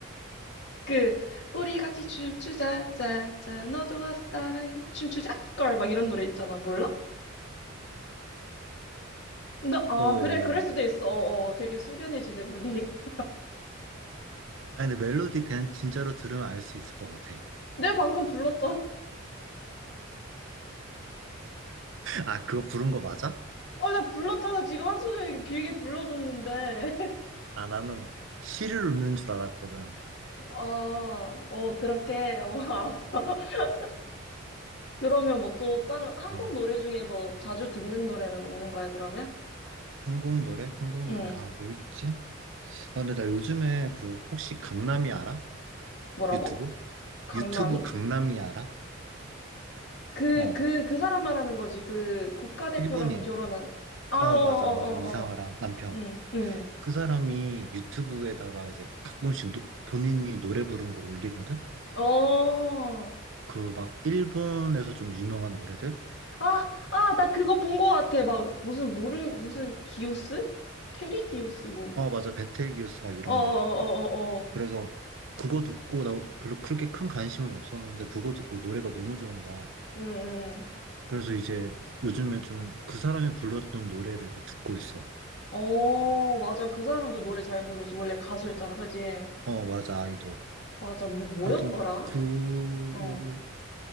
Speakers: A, on the left (about 60°); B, on the right (about 70°).
A: 그 우리 같이 춤추자 짜짜 너도 와서 따라해 춤추자 스컬 막 이런 노래 있잖아 몰라? 나, 아
B: 어,
A: 그래 그럴 수도 있어 어, 어, 되게 숙연해지네 분위기 <laughs>
B: 아 근데 멜로디 그냥 진짜로 들으면 알 수 있을 것 같아.
A: 내가 방금 불렀잖아
B: 아 그거 부른 거 맞아?
A: 어 나 불렀잖아 지금 한 소절 길게 불러줬는데 <laughs>
B: 아 나는 시를 읊는 줄 알았거든.
A: 아어 그렇게 어 알았어 <laughs> 그러면 뭐 또 다른 한국
B: 어
A: 노래 중에 뭐 자주 듣는 노래는 없는 거야 그러면?
B: 한국 노래? 한국
A: 응응
B: 노래 아 뭐 있지? 아 근데 나 요즘에 그 혹시 강남이 알아?
A: 뭐라고?
B: 유튜브?
A: 강남이?
B: 유튜브 강남이 알아?
A: 그,
B: 어
A: 그, 그 사람 말하는 거지. 그 국가대표랑
B: 일본인
A: 결혼한. 아, 어,
B: 어
A: 어,
B: 맞아
A: 어,
B: 맞아 이상하라
A: 어.
B: 남편
A: 응, 응.
B: 그 사람이 유튜브에다가 이제 가끔씩 노- 본인이 노래 부르는 걸 올리거든?
A: 어.
B: 그 막 일본에서 좀 유명한 노래들?
A: 아, 아, 나 그거 본 거 같아. 막, 무슨, 물은, 무슨, 기우스? 테리 기우스, 뭐.
B: 어 맞아 베텔기우스 막 이런
A: 어, 어, 어,
B: 거
A: 어, 어.
B: 그래서 그거 듣고 나 별로 그렇게 큰 관심은 없었는데 그거 듣고 노래가 너무 좋은 거야.
A: 응, 응.
B: 그래서 이제 요즘에 좀 그 사람이 불렀던 노래를 이렇게 듣고 있어.
A: 어, 맞아. 그 사람도 노래 잘 부르지. 원래 가수였잖아. 그지?
B: 어, 맞아, 아이돌.
A: 맞아. 뭐, 뭐였더라?
B: 하여튼 그,
A: 어.